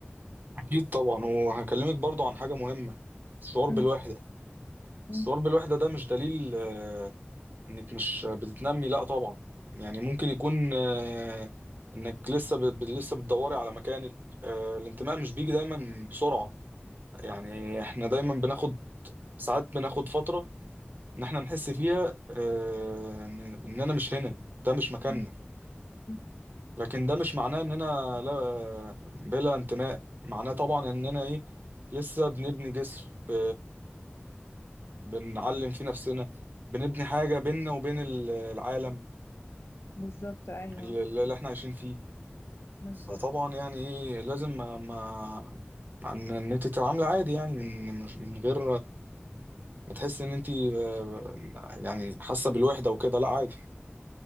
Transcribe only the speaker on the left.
مم.
مم.
مم. مم.
بالظبط ايوه
بالظبط